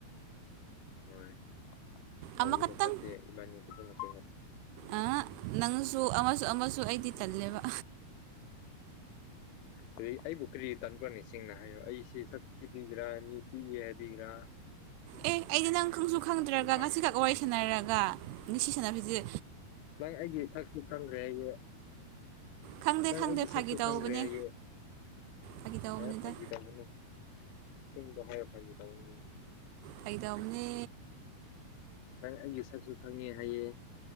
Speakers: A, on the left; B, on the right.
A: ꯍꯣꯏ ꯇꯧꯅꯨ
B: ꯑꯃꯈꯛꯇꯪ
A: ꯐꯠꯇꯦ ꯏꯕꯥꯅꯤ ꯐꯖꯅ ꯀꯣꯏꯅ
B: ꯑ ꯅꯪꯁꯨ ꯑꯃꯁꯨ ꯑꯃꯁꯨ ꯑꯩꯗꯤ ꯇꯜꯂꯦꯕ
A: ꯑꯗꯨꯩ ꯑꯩꯕꯨ ꯀꯔꯤ ꯇꯥꯟꯄꯅꯤꯁꯤꯡꯅ ꯍꯥꯏꯌꯣ ꯑꯩꯁꯤꯦ ꯁ ꯊꯤꯕꯤꯒꯦꯔꯥ ꯃꯤ ꯄꯤꯛꯏ ꯍꯥꯏꯕꯤꯒꯔꯥ
B: ꯑꯦ ꯑꯩꯗꯤ ꯅꯪ ꯈꯪꯁꯨ ꯈꯪꯗ꯭ꯔꯒ
A: ꯄꯥꯝꯗ꯭ꯔꯤ
B: ꯉꯁꯤꯈꯛ ꯋꯥꯔꯤ ꯁꯥꯟꯅꯔꯒ ꯉꯁꯤ ꯁꯥꯟꯕꯤꯁꯦ
A: ꯅꯪ ꯑꯩꯒꯤ ꯁꯛꯁꯨ ꯐꯪꯈ꯭ꯔꯦ ꯑꯩꯁꯦ
B: ꯈꯪꯗꯦ
A: ꯅꯪ
B: ꯈꯪꯗꯦ
A: ꯑꯩꯒꯤ
B: ꯐꯥꯒꯤ
A: ꯁꯛꯁꯨ
B: ꯇꯧꯕꯅꯦ
A: ꯈꯪꯈ꯭ꯔꯦ ꯍꯥꯏꯌꯦꯦ
B: ꯐꯥꯒꯤ ꯇꯧꯕꯅꯤꯗ
A: ꯑꯦ ꯐꯒ ꯇꯕꯅ ꯁꯤꯗ ꯍ ꯐꯒ ꯇꯕꯅ
B: ꯈꯥꯏꯗꯧꯅꯦ
A: ꯅꯪ ꯑꯩꯒꯤ ꯁꯠꯁꯨ ꯈꯪꯉꯦ ꯍꯥꯏꯌꯦꯦ